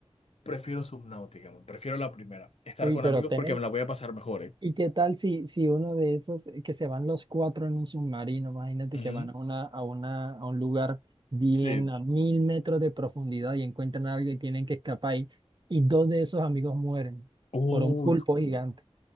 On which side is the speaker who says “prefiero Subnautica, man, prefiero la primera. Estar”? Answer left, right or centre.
Left